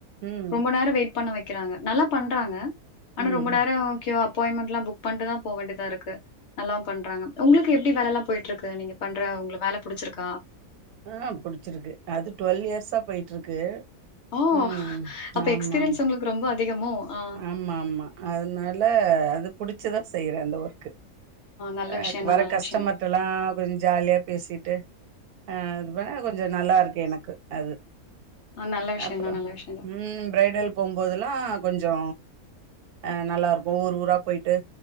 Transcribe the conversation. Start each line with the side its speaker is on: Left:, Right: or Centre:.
Right: ம்
Left: ரொம்ப நேரோ வெயிட் பண்ண வக்கிறாங்க நல்லா பண்றாங்க ஆனா
Right: ம்
Left: ரொம்ப நேரோ க்யூ அப்பாயின்மென்ட்லா புக் பண்ட்டுதா போ வேண்டிதாருக்கு நல்லாவு பண்றாங்க உங்ளுக்கு எப்டி வேலல்லா போய்ட்ருக்கு நீங்க பண்ற உங்ள வேல புடிச்சிருக்கா
Right: ஆ புடிச்சிருக்கு அது ட்வெல் இயர்ஸா போய்ட்ருக்கு
Left: ஓ!
Right: ம்
Left: அப்ப
Right: ஆமாமா
Left: எக்ஸ்பீரியன்ஸ் உங்களுக்கு ரொம்ப அதிகமோ? ஆ.
Right: ஆமாமா அதுனால அது புடிச்சிதா செய்றே அந்த ஒர்க்கு
Left: நல்ல
Right: ஆ
Left: விஷயம் தான்
Right: வர
Left: நல்ல
Right: கஸ்டமர்ட்டல்லா
Left: விஷயம் தான்.
Right: கொஞ்சொ ஜாலியா பேசிட்டு ஆ அது வேல கொஞ்சொ நல்லாருக்கு எனக்கு அது
Left: ஆ நல்ல விஷயம்
Right: அப்றோ
Left: தான் நல்ல விஷயம் தான்.
Right: ம் ப்ரைடல் போம்போதெல்லா கொஞ்சொ ஆ நல்லாருக்கு ஊர் ஊரா போய்ட்டு